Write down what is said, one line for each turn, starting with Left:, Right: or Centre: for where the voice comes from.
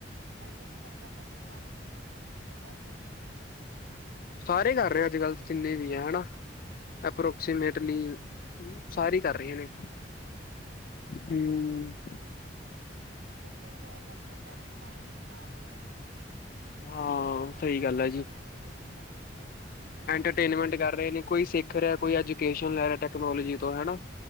Right: ਟਰੈਂਡ ਤੇ ਚੱਲਦਾ ਪਿਆ ਫਿਲਹਾਲ ਤੇ ਸੋਸ਼ਲ ਮੀਡੀਆ ਬਹੁਤ ਲੋਕੀ ਯੂਜ ਕਰਦੇ ਪਏ ਹੈ।
Left: ਸਾਰੇ ਕਰ ਰਹੇ ਐ ਅੱਜ-ਕੱਲ ਜਿੰਨੇ ਵੀ
Right: ਹਾਂ
Left: ਹੈ ਹਨਾ। ਅਪਰੋਕਸੀਮੇਟਲੀ ਸਾਰੇ ਕਰ ਰਹੇ ਨੇ।
Right: ਹਮ
Left: ਹੂੰ,
Right: ਲੋਕੀ ਇੰਜੋਏ ਕਰਦੇ ਪਏ ਆਪਣਾ ਟੈਲੈਂਟ ਦਿਖਾ ਰਹੇ ਐ।
Left: ਹਾਂ। ਸਹੀ
Right: ਹੋਰ
Left: ਗੱਲ
Right: ਲੋਕਾਂ
Left: ਹੈ ਜੀ
Right: ਨੂੰ ਇੰਟਰਟੇਨ ਕਰਦੇ ਪਏ ਐ,
Left: ਐਂਟਰਟੇਨਮੈਂਟ ਕਰ ਰਹੇ ਨੇ ਕੋਈ ਸਿੱਖ ਰਿਹਾ
Right: ਯਸ
Left: ਕੋਈ
Right: ਯਸ
Left: ਐਜੂਕੇਸ਼ਨ ਲੈ ਰਿਹਾ ਟੈਕਨੋਲੋਜੀ ਤੋਂ ਹੈਨਾ।